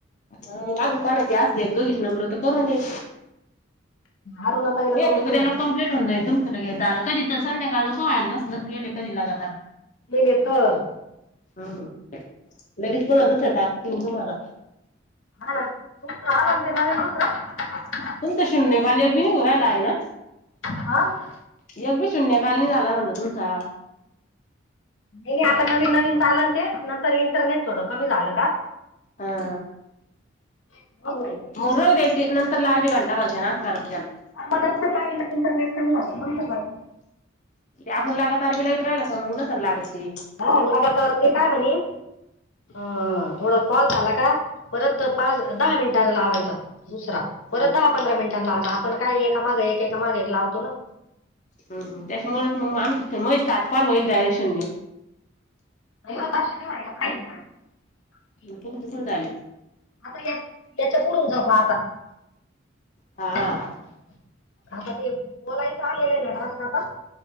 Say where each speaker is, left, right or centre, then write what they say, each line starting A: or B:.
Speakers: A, on the left; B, on the left.
A: हं मग अजून कोणाची असली एक दूईश नंबर तर करून देऊ.
B: अरुणा ताईला
A: येईल
B: करून
A: की उद्याला
B: पाहिन
A: कंप्लीट होऊन जाईल तो. लगेच झालं, कधी तर संध्याकाळ नको व्हायला बसलेत केले की लगातार.
B: गेले तर.
A: हं लगेच पुन्हा टाकतील तुम्हांला.
B: हां, ना तुमचं आलं ना ते नवीन दुसरं.
A: तुमचा शून्यं खाली एक भी नाही होऊ राहीला हाय ना?
B: आ
A: एक भी शून्य खाली झाला नाही म्हणलं तुमचा.
B: <unintelligible> आता नवीन नवीन चालेल ते नंतर इंटरनेट थोडं कमी झालं का
A: हा
B: <inaudible> अगं बाई गे!
A: जाऊ दयाचे नंतर लावायची घंटा भरताना असं करायचं त्याला.
B: मग नंतर पाहिलं ना, इंटरनेट कमी झालं, नंतर लावीन.
A: आपण लगातार बी लावीत राहिलं की, मग नसल लागत ती.
B: हां लगातार ते काय म्हणे अ.. थोडा कॉल झाला का, परत पाच दहा मिनिटान लावायचा. दुसरा, परत
A: हम्म
B: दहा पंधरा मिनिटांन लावायचा आपण काय एका मागे एक, एका मागे एक लावतो ना.
A: हम्म, त्याच्यामुळेच मग माणसाचे <unintelligible> आजकाल होईल डायरेक्ट शून्य.
B: <inaudible>
A: तुमची कुठं आली.
B: आता या याच्या पुढून <inaudible> आता.
A: हा
B: आता ते बोलायचं आलेलं आहे ना डास काता.